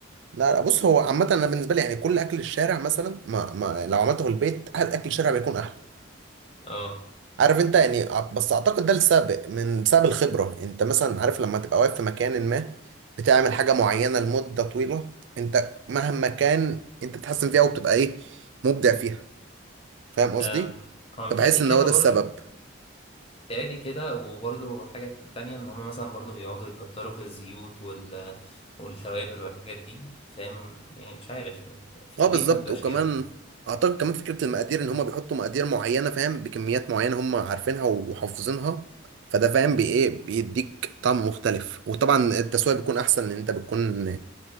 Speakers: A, on the right; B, on the left.
A: لا لا بص هو عامه انا بالنسبه لي يعني كل اكل الشارع مثلا ما, ما لو عملته في البيت أهل اكل الشارع بيكون احلى
B: اه
A: عارف انت يعني أع- بس اعتقد ده السبب من بسبب الخبرة انت مثلا عارف لما تبقى واقف في مكان ما بتعمل حاجة معينة لمدة طويلة انت مهما كان انت بتحسن فيها وبتبقى ايه مبدع فيها فاهم قصدي
B: آم، هو متهيألي
A: فبحس ان
B: كده
A: هو ده
B: برضه
A: السبب
B: متهيألي كده وبرضه حاجة تانية إن هما مثلا برضه بيقعدوا يكتروا في الزيوت وال... والتوابل والحاجات دي فاهم يعني مش عارف في
A: اه
B: البيت
A: بالظبط
B: ما تبقاش
A: وكمان
B: كده
A: اعتقد كمان فكرة المقادير ان هم بيحطوا مقادير معينة فاهم بكميات معينة هم عارفينها وحافظينها فده فاهم بي ايه بيديك طعم مختلف وطبعا التسوية بيكون احسن لان انت بتكون